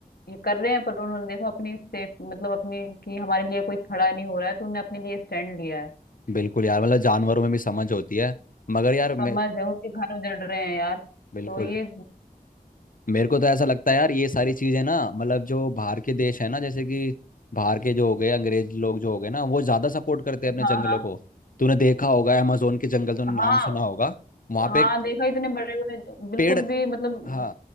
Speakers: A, on the left; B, on the left.
A: ये कर रहे हैं पर उन्होंने देखो अपनी सेफ मतलब अपनी कि हमारे लिए कोई खड़ा नहीं हो रहा है तो उन्होंने अपने लिए स्टैंड लिया है
B: बिल्कुल यार मतलब जानवरों में भी समझ होती है मगर यार मैं
A: समझ है उनके घर उजड़ रहे हैं यार
B: बिल्कुल
A: तो ये
B: मेरे को तो ऐसा लगता है यार ये सारी चीजें ना मतलब जो बाहर के देश है ना जैसे कि बाहर के जो हो गए अंग्रेज लोग जो हो गए ना वो ज्यादा सपोर्ट करते हैं अपने
A: हाँ
B: जंगलों
A: हाँ
B: को तूने देखा होगा अमेजोन के जंगल तूने नाम
A: हाँ
B: सुना होगा वहां पे
A: हाँ
B: एक
A: देखा इतने बड़े बड़े बिल्कुल
B: पेड़
A: भी मतलब
B: हाँ